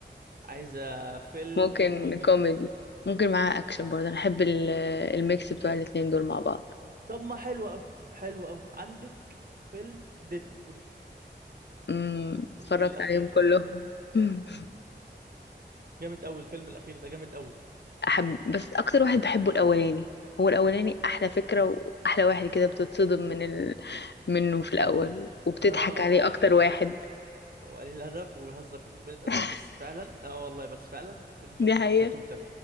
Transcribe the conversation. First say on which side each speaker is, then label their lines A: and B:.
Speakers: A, on the right; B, on the left.
A: عايزة فيلم
B: <laughs> ممكن
A: كوميدي
B: كوميدي ممكن معاه اكشن برضه انا احب ال- الميكس بتوع الاتنين دول مع بعض
A: طب ما حلو أوي حلو أوي عندك فيلم ديدبول
B: أمم، اتفرجت
A: ديدبول الأخير
B: عليهم كلهم <laughs>
A: جامد أوي الفيلم الأخير ده جامد أوي
B: أحب بس أكتر واحد بحبه الأولاني هو الأولاني أحلى فكرة وأحلى واحد كده بتتصدم من ال... منه في الأول وبتضحك
A: <laughs> آه،
B: عليه
A: هو
B: أكتر واحد
A: هو قليل أدب وبيهزر كتير بقلة أدب
B: <laughs>
A: بس فعلا اه والله بس فعلا الفيلم جامد
B: دي حقيقة
A: أوي كتوتال